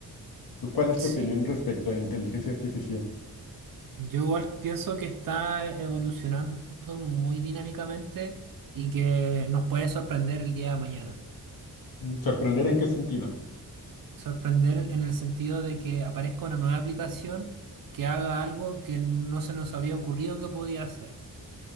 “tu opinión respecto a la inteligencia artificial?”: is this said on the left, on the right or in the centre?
Left